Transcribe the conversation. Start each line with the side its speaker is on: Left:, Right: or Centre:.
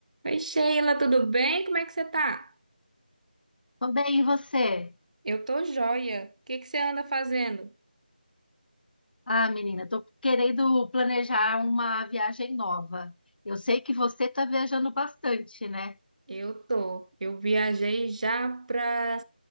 Right: Oi, Sheila, tudo bem? Como é que você tá?
Left: Tô bem, e você?
Right: Eu tô joia. O que que você anda fazendo?
Left: Ah, menina, tô querendo planejar uma viagem nova. Eu sei que você tá viajando bastante, né?
Right: Eu tô. Eu viajei já para